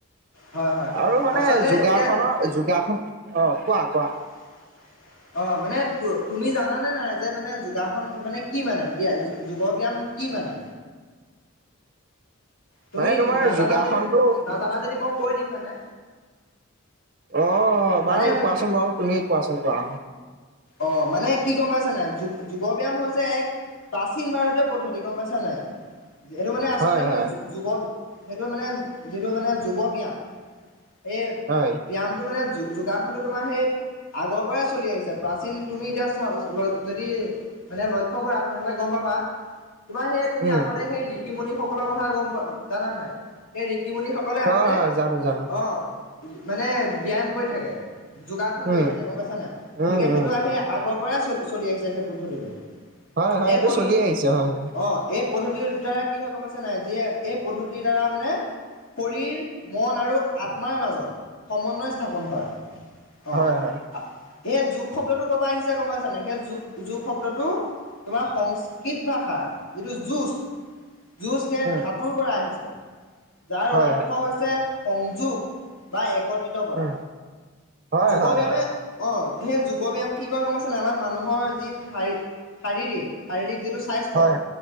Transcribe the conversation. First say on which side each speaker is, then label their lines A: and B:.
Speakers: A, on the left; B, on the right.
A: হয় হয়
B: আৰু মানে
A: আচলতে
B: যোগাসনৰ
A: এতিয়া
B: যোগাসন অ', কোৱা কোৱা।
A: <unintelligible> অ' মানে তো-তুমি জানানে নাই, যে মানে যোগাসন মানে কি মানে, বিয়া যো-যোগ ব্যায়াম কি মানে? তুমি
B: মানে তোমাৰ
A: নাজানা
B: যোগাসনটো
A: যদি, নাজানা যদি মই কৈ দিম মানে।
B: অ', অ',
A: মানে
B: বাৰু কোৱাচোন বাৰু তুমি কোৱাচোন কোৱা অ'।
A: অ', মানে কি গম পাইচা নাই, যো-যোগ ব্যায়াম হৈছে এক প্ৰাচীন ভাৰতীয় পদ্ধতি গম পাইছা নাই, এইটো মানে আচলতে
B: হয়,
A: সেই
B: হয়,
A: যোগ সেইটো মানে যিটো মানে যোগ ব্যায়াম সেই
B: হয়।
A: ব্যায়ামটো মানে যো-যোগাসনটো তোমাৰ সেই আগৰ পৰাই চলি আহিছে। প্ৰাচীন তুমি এতিয়া চা ল যদি মানে লক্ষ্য কৰা তেনেহ'লে গম পাবা। তোমাৰ সেই তুমি
B: উম,
A: আগতে সেই ঋষিমুণি সকলৰ কথা গম পা জানা নাই সেই ঋষিমুণি সক সকলে আগতে
B: হয়, হয়,
A: অ'
B: জানো, জানো,
A: ম-মানে ব্যয়াম কৰি থাকে, যোগাসন
B: উম,
A: কৰি থাকে গম পাইছা নাই, গতিকে
B: উম,
A: সেইটো
B: উম,
A: সেই আগ আগৰ পৰাই চল-চলিআহিছে সেই পদ্ধতিটো।
B: হয়, হয়,
A: এই
B: এইটো
A: পদ্ধতি
B: চলি আহিছে হয়, হয়।
A: অ', এই পদ্ধতিৰ দ্বাৰা কি হয় গম পাইছে নাই, যিয়ে এই পদ্ধতিৰ দ্বাৰা মানে শৰীৰ মন আৰু আত্মাৰ মাজত সমন্বয় স্থাপন হয়, অ'।
B: হয়, হয়,
A: এই যোগ শব্দটো পৰপা আহিছে গম পাইচা নাই, সেই যো-যোগ শব্দটো তোমাৰ সংস্কৃত ভাষাৰ যিটো যুঁজ যুঁজ সেই
B: উম,
A: ধাতুৰ পৰা আহিছে, যাৰ
B: হয়,
A: অৰ্থ
B: হয়,
A: হৈছে সংযোগ। বা একত্ৰিত কৰা,
B: উম, হয়,
A: যোগ
B: হয়,
A: ব্যায়ামে
B: হয়,
A: অ' সেই যোগব ব্যায়াম কি কয় গ'ম পাইছানাই, আমাৰ মানুহৰ যি শাৰী-শাৰীৰিক শাৰীৰিক যিটো স্বাস্থ্য,
B: হয়,